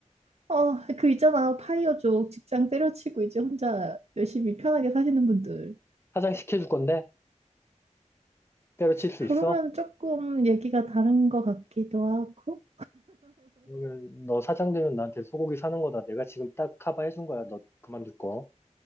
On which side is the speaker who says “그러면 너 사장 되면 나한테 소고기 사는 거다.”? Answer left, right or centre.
Left